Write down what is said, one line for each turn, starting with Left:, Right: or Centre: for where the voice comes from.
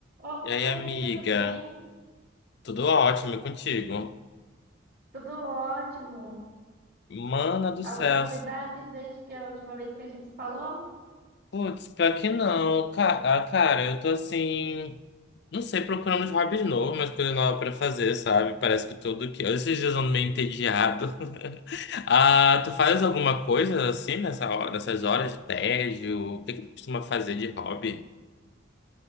Right: Oi,
Left: E aí, amiga?
Right: amigo, tudo bem?
Left: Tudo ótimo e contigo?
Right: Tudo ótimo.
Left: Mana do
Right: Alguma
Left: céu.
Right: novidade desde que a última vez que a gente se falou?
Left: Putz, pior que não. Cara, cara, eu tô assim. Não sei, procurando uns hobbies novos, umas coisas novas pra fazer, sabe? Parece que tudo que. Esses dias eu ando meio entediado. <laughs> Ah, tu faz alguma coisa assim nessa hora, nessas horas de tédio? O que que tu costuma fazer de hobby?